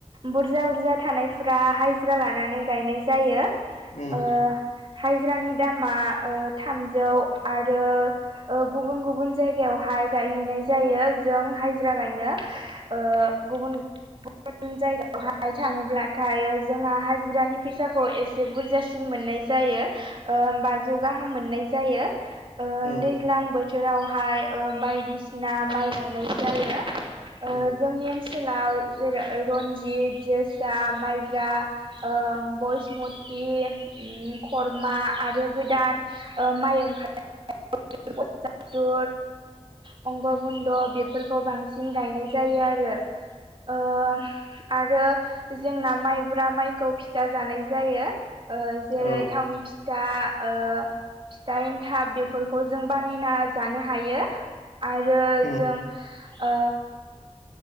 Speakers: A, on the right; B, on the left.
A: बुरजा-बुरजा थानायफोरा हाजिरा लानानै गायनाय जायो।
B: उम
A: ओ हाजिरानि दामा ओ थामजौ आरो ओ गुबुन-गुबुन जायगायावहाय गायहैनाय जायो जों हाजिरा गायनो। ओ गुबुन-गुबुन जायगायाव <unintelligible> थाङोब्लाथाय जोंहा हाजिरानि फैसाखौ एसे बुरजासिन मोननाय जायो। ओम बाजौ गाहाम मोननाय जायो ओ दैज्लां
B: औ
A: बोथ थोरावहाय ओ बायदिसिना माइ गायनाय जायो ओ
B: औ
A: जोंनि ओनसोलाव जेरै रनजित जोसा माइब्रा ओ बैसमति ओम खर्मा आरो गोदान ओ माइ ओंखारनाय <inaudible> ओ बंग' बुन्द' बे बेफोरखौ बांसिन गायनाय जायो आरो। ओ आरो जोंना माइब्रा माइखौ फिथा जानाय जायो। ओ जेरै
B: औ
A: थावनि फि दा ओ फिथा एन्थाब बेफोरखौ जों बानायना जानो हायो। आरो
B: उम औ
A: जों ओ